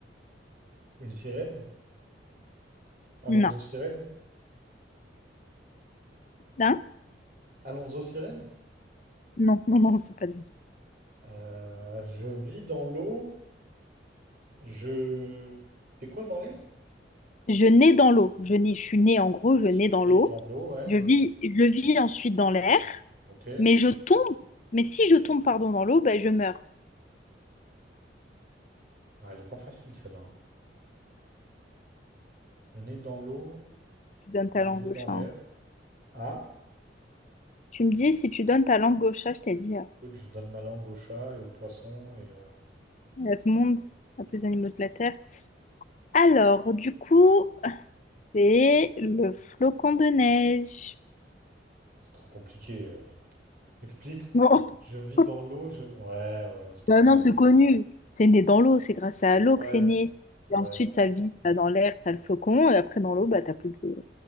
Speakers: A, on the right; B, on the left.
A: Une sirène? Alonso
B: Non.
A: Sirène?
B: Hein?
A: Alonso Sirène?
B: Non, non, non, c'est pas lui.
A: Euh, je vis dans l'eau. Je fais quoi dans l'air?
B: Je nais dans l'eau. Je nais, je suis née en gros, je
A: Je
B: nais
A: suis
B: dans
A: né
B: l'eau.
A: dans l'eau, ouais.
B: Je vis, je vis ensuite dans l'air,
A: Ok.
B: mais je tombe. Mais si je tombe, pardon, dans l'eau, ben je meurs.
A: Ah, elle est pas facile celle-là. hein. Je suis né dans l'eau.
B: Tu donnes ta
A: Je
B: langue
A: vis
B: gauche.
A: dans l'air.
B: hein.
A: Ah?
B: Tu me dis, si tu donnes ta langue gauche, je t'ai dit, euh,
A: Écoute, je donne ma langue au chat et au poisson. Et euh,
B: à tout le monde, à tous les animaux de la Terre. Alors, du coup, c'est le flocon de neige.
A: c'est trop compliqué. euh. Explique.
B: Bon.
A: Je vis
B: <laughs>
A: dans l'eau. Je. Ouais, ouais, c'est trop
B: Bah
A: compliqué.
B: non, c'est connu. C'est né dans l'eau, c'est grâce à l'eau
A: Ouais,
B: que c'est né.
A: ouais.
B: Et ensuite, ça vit bah, dans l'air, t'as le flocon, et après dans l'eau, bah t'as plus de...